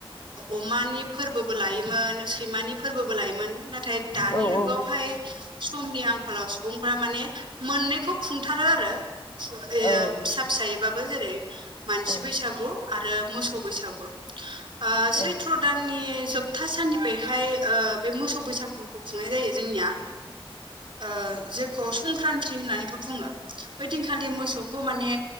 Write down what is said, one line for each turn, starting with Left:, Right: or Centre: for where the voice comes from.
Right: अमानि फोरबो बो लायोमोन सैमानि फोरबोबो लायोमोन नाथाय दानि
Left: औ
Right: जुगावहाय समनि आंखालाव सुबुंफोरा माने मोननैखौ खुंथारो आरो ओ
Left: औ
Right: फिसा फिसायैबाबो जेरै मानसि
Left: औ
Right: बैसागु आरो मोसौ बैसागु। ओ
Left: औ
Right: सैथ्र' दाननि जोब था साननिफ्रायहाय ओ बे मोसौ बैसागुखौ खुंनाय जायो जोंनिया ओ जेखौ संक्रान्ति होननानैबो बुङो ओइदिनखालि मोसौखौ माने